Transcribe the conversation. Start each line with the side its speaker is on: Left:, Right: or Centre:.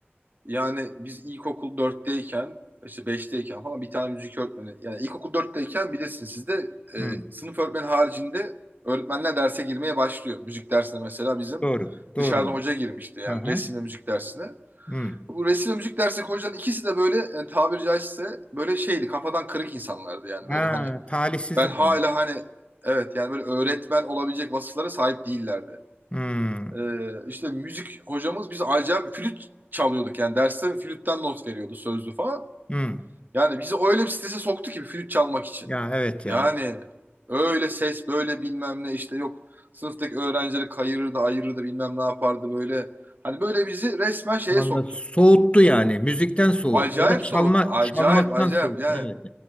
Right: yani biz ilkokul dörtteyken, işte beşteyken falan bir tane müzik öğretmeni yani ilkokul dörtteyken bilirsiniz sizde e,
Left: Hı.
Right: sınıf öğretmeni haricinde öğretmenler derse girmeye başlıyor. Müzik dersine mesela bizim
Left: Doğru. Doğru.
Right: dışarıdan hoca girmişti yani
Left: Aha.
Right: resim ve müzik dersine.
Left: Hı.
Right: Bu resim ve müzik dersindeki hocaların ikisi de böyle e, tabiri caizse böyle şeydi kafadan kırık insanlardı yani
Left: Ha,
Right: böyle hani
Left: talihsizlik.
Right: ben hala
Left: bu.
Right: hani evet yani böyle öğretmen olabilecek vasıflara sahip değillerdi.
Left: Hmm,
Right: Ee, işte müzik hocamız biz acayip flüt çalıyorduk yani derste flütten not veriyordu sözlü falan.
Left: hmm.
Right: Yani bizi öyle bir strese soktu ki flüt çalmak için.
Left: Ya evet
Right: Yani
Left: ya.
Right: öyle ses böyle bilmem ne işte yok sınıftaki öğrencileri kayırırdı ayırırdı bilmem ne yapardı böyle. Hani böyle bizi resmen şeye
Left: Vallahi
Right: soktu.
Left: soğuttu yani. Müzikten soğuttu.
Right: Acayip
Left: Ya da çalma,
Right: soğuttu acayip
Left: çalmaktan
Right: acayip
Left: soğuttu.
Right: yani
Left: Evet